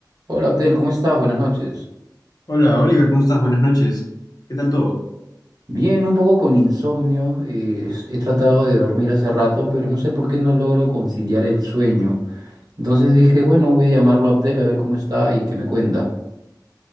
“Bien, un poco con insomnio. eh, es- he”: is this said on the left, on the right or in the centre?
Right